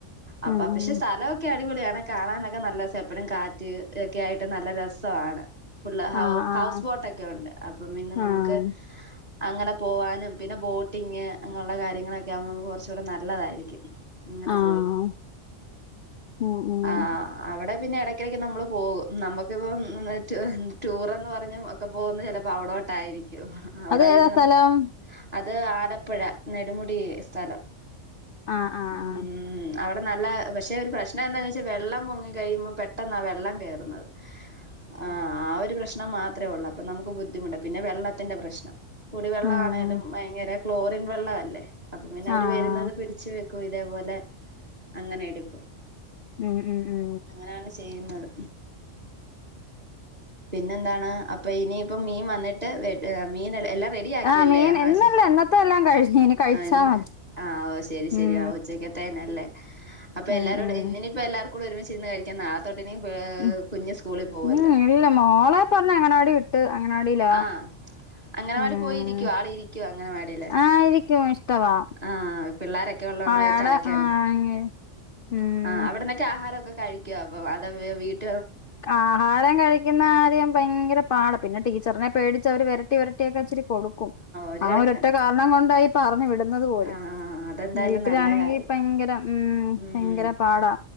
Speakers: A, on the right; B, on the left.
A: അപ്പൊ
B: ഉം
A: പക്ഷെ
B: ഉം
A: സ്ഥലോ ക്കെ അടിപൊളിയാണ് കാണാനൊക്കെ നല്ല എപ്പഴും കാറ്റ് ഒക്കെ ആയിട്ട് നല്ല രസാണ്. ഫുള്ള് ഹ
B: ആഹ് ആഹ്
A: ഹൗസ് ബോട്ടൊക്കെ ഒണ്ട് അപ്പം പിന്നെ നമുക്ക്
B: ആഹ്
A: അങ്ങനെ പോവാനും പിന്നെ ബോട്ടിങ്ങ് അങ്ങെള്ള കാര്യങ്ങളൊക്കെ ആമ്പോ നമക്ക് കൊറച്ചൂടെ നല്ലതായിരിക്കും. അങ്ങനെ
B: ആഹ്
A: പോയി
B: ഉം ഉം
A: ആഹ് ആഹ് അവിടെ പിന്നെ എടക്കിടക്ക് നമ്മള് പോകും നമക്കിപ്പം ടൂറെന്ന് പറഞ്ഞ ഒക്കെ പോന്നെ ചെലപ്പം അവിടോട്ടായിരിക്കും അവിട
B: അത് ഏതാ
A: പിന്നെ
B: സ്ഥലം
A: നമുക അത് ആലപ്പുഴ നെടുമുടി സ്ഥലം
B: ആഹ് ആഹ്
A: ഉം
B: ആഹ്
A: അവിടെ നല്ല പക്ഷെ ഒരു പ്രശ്നം എന്താന്ന് വെച്ചാൽ വെള്ളം പൊങ്ങി കഴിയുമ്പോ പെട്ടെന്നാ വെള്ളം കേറുന്നത് ആഹ് ആഹ് ഒരു പ്രശ്നം മാത്രെ ഉള്ളൂ അപ്പൊ നമുക്ക് ബുദ്ധിമുട്ട പിന്നെ വെള്ളത്തിന്റെ പ്രശ്നം. കുടിവെള്ളം
B: ഉം
A: ആണേലും
B: ഉം
A: ഭയങ്കര ക്ലോറിൻ വെള്ളം അല്ലേ അപ്പൊ പിന്നെ അവര്
B: ആഹ്
A: വരുന്നത് പി ച്ച് വെക്കും ഇതേപോലെ അങ്ങനെ എടുക്കും.
B: ഉം ഉം ഉം
A: അങ്ങനാണ് ചെയ്യുന്നത്. പിന്നെന്താണ് അപ്പൊ ഇനിയിപ്പ മീൻ വന്നിട്ട് മീൻ എല്ലാം റെഡി ആക്കിയല്ലെ?
B: ആഹ് മീൻ
A: ആ
B: ഇന്നല്ല
A: ശ്
B: ഇന്നത്തെ എല്ലാം കഴിഞ്ഞ് ഇനി കഴിച്ചാ
A: അൻ
B: മതി
A: ആഹ് ഓഹ് ശരി ശരി
B: ഉം
A: ആ ഉച്ചക്കത്തേനല്ലേ. അപ്പൊ
B: ഉം
A: എല്ലാരോടും
B: ഉം
A: ഇന്നിനിപ്പൊ എല്ലാർക്കൂടെ ഒരുമിച്ചിരുന്ന് കഴിക്കാം നാളെ തൊട്ട്
B: ഉം
A: കുഞ്ഞ് സ്കൂളി പോവല്ലോ.
B: ഉം ഇല്ല മോളെ പറഞ്ഞ് അങ്ങനവാടി വിട്ട് അങ്ങനവാടിലാ.
A: ആഹ് അങ്ങനവാടി
B: ആഹ്
A: പോയിരിക്കുവോ ആള് ഇരിക്കുവോ അങ്ങനവാടിയില്
B: ആയിരിക്കും ഇഷ്ടവാ
A: ആഹ് പിള്ളോരൊക്കെ ഉള്ളോണ്ട്
B: ആട
A: കളിക്കാന്
B: ആഹ് ഉം
A: ആഹ് അവിടുന്നൊക്കെ ആഹാരോക്കെ കഴിക്കോ അവ്ടെ വീട്
B: ആഹാരം കഴി കഴിക്കുന്ന കാര്യം ഭയങ്കര പാടാ പിന്നെ ടീച്ചറിന്റെ പേടിച്ച് അവര് വെരട്ടി വെരട്ടിയൊക്കെ ഇച്ചിരി കൊടു ക്കും
A: ഒരു
B: ആഹ്
A: കണക്കിന്
B: ഒരൊറ്റ കാരണം കൊണ്ടാ ഈ പറഞ്ഞു വിടുന്നത് പോലും
A: ആഹ് അതെന്തായാലും
B: വീട്ടിലാണെങ്കി
A: നല്ല കാര്യം
B: ഭയങ്കര മ്
A: ഉം
B: ഭയങ്കര പാടാ